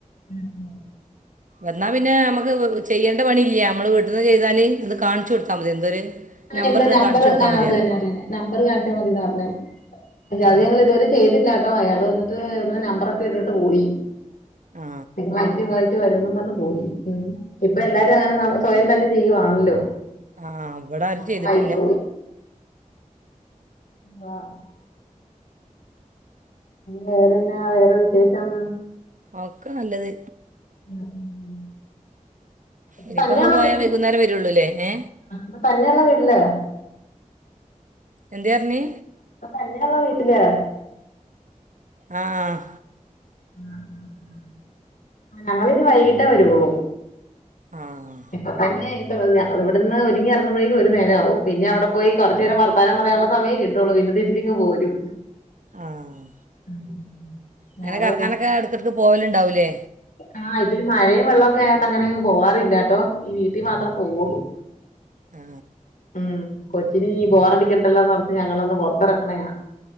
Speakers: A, on the left; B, on the right.
A: ഉം ഉം
B: എന്നാ പിന്നെ നമക്ക്- ചെയ്യേണ്ട പണി ഇല്ല നമ്മള് വീട്ടിന്ന് ചെയ്താല് അത് കാണിച്ചു കൊടുത്താൽ മതി എന്തൊരു-
A: ആ
B: നമ്പറിന്
A: എന്റെ നമ്പറ്
B: കാണിച്ചു കൊടുത്താൽ
A: ആഹ്
B: മതിയാണ്
A: അത് തന്നെ അത് തന്നെ നമ്പറ് കാണിച്ചാ മതിന്നാ പറഞ്ഞെ അത്
B: ആ
A: ഞങ്ങള് ഇതുവരെ ചെയ്തില്ലാട്ടോ അയാള് വന്നിട്ട് ഇവിടുന്ന് നമ്പറൊക്കെ ഇട്ടിട്ട് പോയി
B: ആ
A: തിങ്കളാഴ്ച്ച ചൊവ്വാഴ്ച വരുംയെന്ന് പറഞ് പോയി ഉം ഇപ്പൊ
B: ആ
A: എല്ലാരും
B: ആ
A: അങ്ങനെ ന സ്വയം തന്നെ ചെയ്യുവാണല്ലോ
B: ആഹ് ഇവടെ ആരും
A: അപ്പൊ
B: ചെയ്തിട്ടില്ല.
A: അയിന് വ <unintelligible> വേറെന്നാ വേറെ വിശേഷം
B: ഒക്കെ നല്ലത്
A: ഉം ഉം ഇപ്പൊ
B: ഇനിയിപ്പ
A: തന്നെയുള്ള
B: നിങ്ങള് പോയാ വൈകുന്നേരം വരുള്ളൂല്ലേ ഏ
A: പ തന്നെള്ള വീടല്ലേ <unintelligible>
B: എന്താ പറഞ്ഞെ
A: ഇപ്പൊ തന്നെയുള്ള വീട്ടിലാ
B: ആഹ്
A: ആഹ് ഞങ്ങള് ഇനി വൈകിട്ടേ വരുള്ളൂ
B: ആഹ്
A: ഇപ്പൊ തന്നെ പോ <unintelligible> ഞാ വിടുന്ന് ഒരുങ്ങി എറങ്ങുമ്പോഴേക്കും ഒരു നേരാവും പിന്നെ അവടെ പോയി കൊച്ച് നേരം വർത്താനം പറയാനുള്ള സമയേ കിട്ടുള്ളൂ പിന്നെ തിരിച്ചിങ്ങ് പോരും
B: ആഹ്
A: ഉം, ഉം.
B: ഇങ്ങനെ
A: അവിടെ
B: കറങ്ങാനൊക്കെ എടക്ക് യെടക്ക് പോവല് ഇണ്ടാവുല്ലേ
A: ആഹ് ഇപ്പൊ ഈ മഴയും വെള്ളക്കെ ആയോണ്ട് അങ്ങനെങ് പോവാറില്ലട്ടോ ഈ വീട്ടിൽ മാത്രം പോവൊള്ളൂ
B: ആ
A: ഉം കൊച്ചിനിനീ ബോറടി- കിണ്ടല്ലോ ഓർത്ത് ഞങ്ങളൊന്ന് പൊറത്തിറങ്ങണെയാ